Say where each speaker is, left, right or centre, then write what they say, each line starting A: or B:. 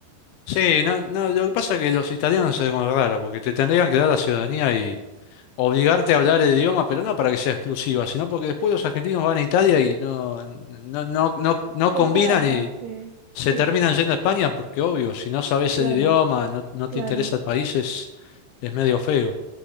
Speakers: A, on the left; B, on the right.
A: Sí, no, no, lo que pasa es que los italianos es algo raro, porque te tendrían que dar la ciudadanía obligarte a hablar el idioma, pero no para que sea exclusiva, sino porque después los argentinos van a Italia y no, no, no, no, no
B: Cuesta
A: combinan
B: adaptarse,
A: y se
B: sí,
A: terminan yendo a España porque obvio, si no sabes
B: claro,
A: el idioma, no, no
B: claro.
A: te interesa el país, es, es medio feo.